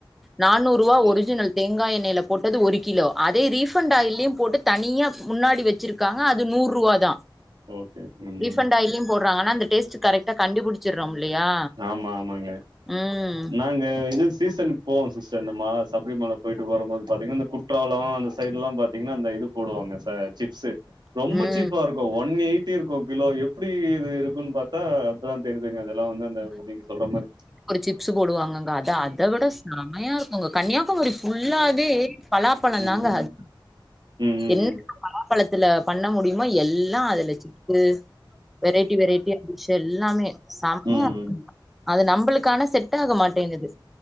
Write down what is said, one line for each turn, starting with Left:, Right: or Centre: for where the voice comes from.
Centre: நானூரூவா ஒரிஜினல்
Right: ம்
Centre: தேங்காய் எண்ணெய்ல போட்டது ஒரு கிலோ அதே ரீஃபண்ட் ஆயிலயு போட்டு தனியா முன்னாடி வெச்சிருக்காங்க அது நூறு வாதா
Right: ஓகே ம்
Centre: ரீஃபண்ட் ஆயிலயும் போர்றாங்க ஆனா அந்த டேஸ்ட்டு கரெக்டா கண்டுபுடிச்சிட்றோம் இல்லையா
Right: ஆமா ஆமாங்க
Centre: ம்
Right: நா இங்க இது சீசன்க்கு போவோ சிஸ்டர் இந்த மா சப்ரிமல போயிட்டு வரும்போது பாத்தீங்னா இந்த குற்றாலோ அந்த சைட்ல்லா பாத்தீங்ன்னா அந்த இது போடுவாங்க ச சிப்ஸ்சு ரொம்ப
Centre: ம்
Right: சீப்பா இருக் கு ஒன் எயிட்டி இருக்கு கிலோ எப்டி இது இருக்குன் பார்த்தா அப்பதா தெரிதுங்க அதெல்லா வந்து த இப்ப நீங் சொல்ற மாரி
Centre: ஒரு சிப்ஸ்சு போடுவாங்கங்க அத அத விட சம்மையா இருக்குங்க கன்னியாக் குமரி ஃபுல்லாவே பலாப்பழ
Right: ம்
Centre: தாங்க
Right: ம்
Centre: என்ன
Right: ம்
Centre: பழாப்பழத்துல பண்ண முடியுமோ எல்லா அதுல சிப்ஸ்சு வெரைட்டி வெரைட்டியா டிஷ் எல்லாமே சம்மைய
Right: ம் ம்
Centre: அது நம்மளுக் கான செட் ஆக மாட்டேங்குது